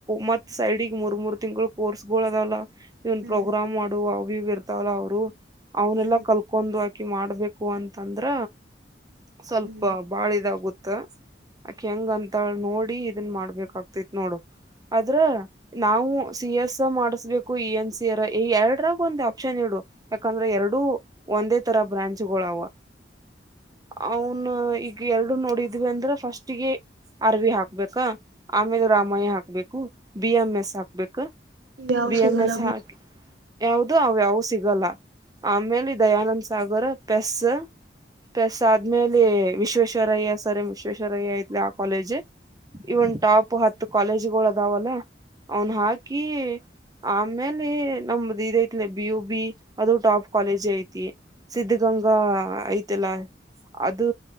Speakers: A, on the right; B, on the right.
A: ಮತ್ ಸೈಡಿಗೆ ಮೂರ್ ಮೂರ್ ತಿಂಗಳು ಕೋರ್ಸ್ಗಳಗಳು ಅದಲ್ಲ. ಇವನ್
B: ಹ್ಮ್
A: ಪ್ರೋಗ್ರಾಮ್ ಮಾಡುವ ಅವ ಇವ ಇರ್ತಾವಲ್ಲ ಅವರು ಅವನ್ನಲ್ಲಾ
B: ಹ್ಮ್
A: ಕಲ್ ಕೊಂದು್ ಹಾಕಿ ಮಾಡ್ಬೇಕು ಅಂತಂದ್ರ ಸ್ವಲ್ಪ
B: ಹ್ಮ್
A: ಬಾಳ ಇದಾಗುತ್ತ ಅಕಿ ಹೆಂಗ ಅಂತ ನೋಡಿ ಇದನ್ ಮಾಡ್ಬೇಕ ಆಗ್ತೈತ್ ನೋಡು ಆದ್ರ ನಾವು ಸಿ ಎಸ್ ಮಾಡಿಸಬೇಕು ಇ ಎನ್ ಸಿ ಅರ ಈ ಎರಡರಾಗ ಒಂದ್ ಆಪ್ಷನ್ ಇಡು. ಯಾಕಂದ್ರೆ ಎರಡೂ ಒಂದೇ ತರ ಬ್ರಾಂಚ್ ಗಳು ಅವ ಅವನ್ ಈಗ ಎರಡು ನೋಡಿದ್ವಿ ಅಂದ್ರ ಫಸ್ಟ್ಿಗೆ ಅರ್ವಿ ಹಾಕ್ಬೇಕಾ ಆಮೇಲೆ ರಾಮಯ್ಯ ಹಾಕ್ಬೇಕು ಬಿ ಎಂ ಎಸ್ ಹಾಕ್ಬೇಕ
B: ಇವ್ಯಾವ
A: ಬಿ
B: ಸಿಗಲ್ಲ
A: ಎಂ ಎಸ್
B: ಬಿಡು
A: ಹಾಕಿ ಯಾವ್ದ ಅವ್ಯಾವು ಸಿಗಲ್ಲ ಆಮೇಲೆ ದಯಾನಂದ್ ಸಾಗರ್ ಪೆಸ್ ಪೆಸ್ ಆದ್ಮೇಲೆ ವಿಶ್ವೇಶ್ವರಯ್ಯ ಸರ್ ಎಂ ವಿಶ್ವೇಶ್ವರಯ್ಯ ಐತ್ಲಿ ಆ ಕಾಲೇಜ್ ಇವನ್ ಟಾಪ್ ಹತ್ತು ಕಾಲೇಜ್ಗಳು ಅದಾವಲ್ಲ ಅವನ್ ಹಾಕಿ ಆಮೇಲೆ ನಮ್ದ ಇದ ಐತ್ಲ ಬಿ ಯು ಬಿ ಅದು ಟಾಪ್ ಕಾಲೇಜ್ ಐತಿ ಸಿದ್ಧಗಂಗಾ ಐತೆಲ್ಲಾ. ಅದು